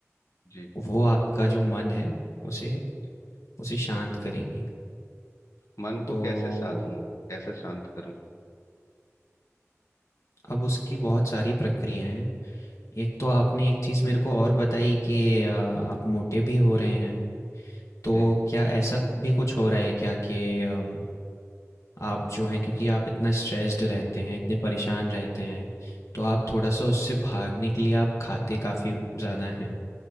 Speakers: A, on the left; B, on the left.
A: जी
B: वो आपका जो मन है उसे
A: जी
B: उसे शांत करेंगी
A: मन को
B: तो
A: कैसे साधूं कैसे शांत करूं
B: अब उसकी बहुत सारी प्रक्रियाएं हैं एक तो आपने एक चीज़ मेरे को और बताई कि अ, आप मोटे भी हो रहे हैं तो
A: जी
B: क्या ऐसा भी कुछ हो रहा है क्या कि अम, आप जो हैं क्योंकि आप इतना स्ट्रेस्ड रहते हैं इतने परेशान रहते हैं तो आप थोड़ा सा उससे भागने के लिए आप खाते काफ़ी ज़्यादा हैं